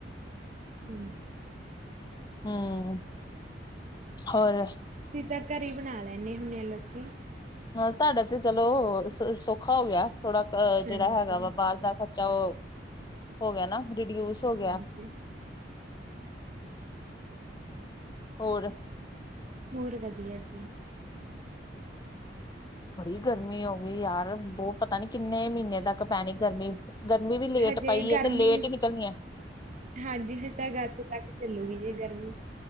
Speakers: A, on the right (about 40°); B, on the left (about 25°).
A: ਹੂੰ।
B: ਹੂੰ, ਹੋਰ?
A: ਅਸੀ ਤਾਂ, ਘਰ ਹੀ ਬਣਾ ਲੈਂਦੇ ਹੁੰਦੇ ਹ ਲੱਸੀ।
B: ਨਾਲ ਤੁਹਾਡਾ ਤੇ ਚਲੋ, ਸੌਖਾ ਹੋ ਗਿਆ ਥੋੜਾ ਅ,
A: ਹਾਂਜੀ
B: ਜਿਹੜਾ ਹੈਗਾ ਵਾ ਬਾਹਰ ਦਾ 'ਚਾ ਉਹ ਹੋ ਗਿਆ ਨਾ, ਰਿਡਿਊਸ ਹੋ ਗਿਆ।
A: ਹਾਂਜੀ
B: ਹੋਰ?
A: ਹੋਰ ਵਧੀਆ ਜੀ।
B: ਬੜੀ ਗਰਮੀ ਹੋ ਗਈ ਯਾਰ, ਬਹੁ ਪਤਾ ਨੀ ਕਿੰਨੇ ਮਹੀਨੇ ਤੱਕ ਪੈਣੀ ਗਰਮੀ। ਗਰਮੀ ਵੀ ਲੇਟ
A: ਹਜੇ
B: ਪਈ
A: ਗਰਮੀ
B: ਹੈ, ਤੇ ਲੇਟ ਹੀ ਨਿਕਲਣੀ ਹੈ।
A: ਹਾਂਜੀ, ਹੇ ਤਾਂ ਅਗਸਤ ਤੱਕ ਚੱਲੂਗੀ ਜੀ ਗਰਮੀ।